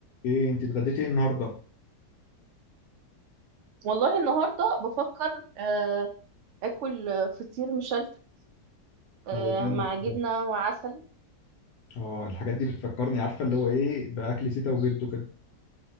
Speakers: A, on the left; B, on the right.
A: ايه انت اتغديتي ايه النهارده
B: والله النهارده بفكر آه، اكل فطير مشلتت آه،
A: هو جامد
B: مع جبنه
A: ده
B: وعسل
A: اه الحاجات دي بتفكرني عارفه اللي هو ايه باكل تيتا وجدو كده